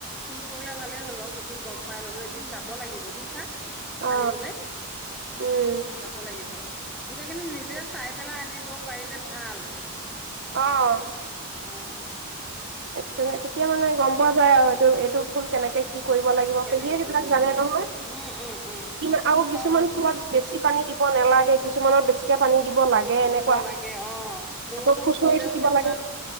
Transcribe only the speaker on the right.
অ
উম
অ'।
তেনে তেতিয়া মানে গম পোৱা যায় আৰু এইটো এইটো ফুল কেনেকে কি কৰিব লাগিব
পেহীয়ে সেইবিলাক
জানে
নহয়?
কিমা আৰু কিছুমান
ফুলত বেছি পানী দিব নেলাগে কিছুমানত বেছিকে পানী দিব লাগে এনেকুৱা
আকৌ খুচৰি
থাকিব
লাগে